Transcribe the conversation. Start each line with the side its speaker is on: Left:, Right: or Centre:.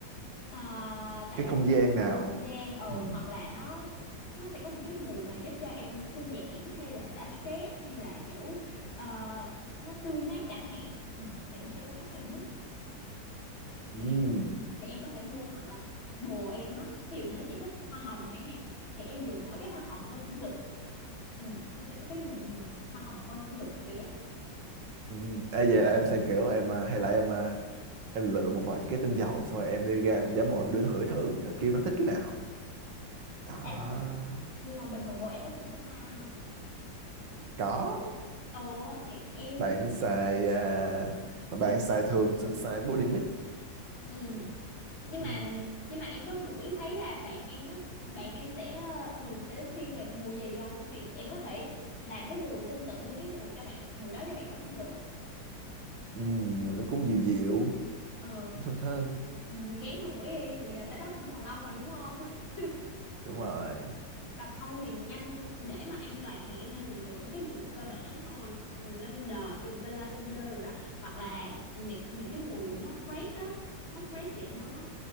Left: Ờ, tạo
Right: cái
Left: ra
Right: không
Left: cái
Right: gian nào
Left: không gian ừ
Right: Ừm,
Left: hoặc là nó nó sẽ có những cái mùi mà giúp cho em thư giãn hay là xả stress hay là kiểu ờ, nó tươi mát chẳng hạn ừ, thì nó sẽ có cách để mix
Right: ừm,
Left: thì em thì em có thể mua hoặc là bồ em á ví dụ như nó chỉ thích hoa hồng chẳng hạn thì em dùng mỗi cái hoa hồng thôi cũng được ừ, nó sẽ có cái mùi hoa hồng thôi cũng được kiểu vậy
Right: ừm. Ê, vậy là em sẽ kiểu em à, hay là em à, em lựa một vài cái tinh dầu xong rồi em đi ra em giả bộ em đưa nó hửi thử rồi kêu nó thích cái nào đó
Left: Ê, nhưng mà bình thường bồ em có xài nước hoa không
Right: có
Left: ồ thì em
Right: bạn xài à, mà bạn xài thường sẽ xài body mist
Left: Ừ, nhưng
Right: ừ.
Left: mà nhưng mà em có ngửi thấy là bạn em nó bạn em sẽ ờ, thường sẽ thiên về mùi gì không thì em có thể làm cái mùi tương tự như cái mùi cho bạn mùi đó cho bạn đó cũng được
Right: ừ, mùi nó cũng dịu dịu
Left: Ờ,
Right: cũng thơm thơm
Left: ừ, gán hủi đi từ giờ tới đó cũng còn lâu mà đúng không <laughs>
Right: đúng rồi
Left: còn không thì nhanh để mà an toàn thì em nên lựa mấy cái mùi cơ bản thôi lavender ừ, lavender rồi đó hoặc là mấy- những cái mùi nó fresh đó nó fresh để nó